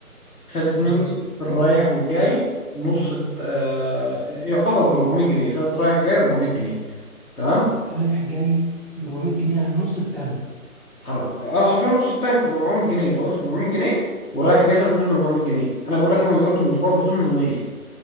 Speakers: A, on the left; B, on the left.
A: خدت
B: جميل
A: مني في الرايح والجاي نص آه يعتبر ب 400 جنيه خدت رايح جاي 400 جنيه تمام
B: رايح جاي ب 400 جنيه يعني نص الثمن
A: حر... اه حرفيا نص التانك ب 400 جنيه فقلت ب 400 جنيه ورايح جاي خدت مني 400 جنيه انا بقول لك هما بيودوا المشوار ب 800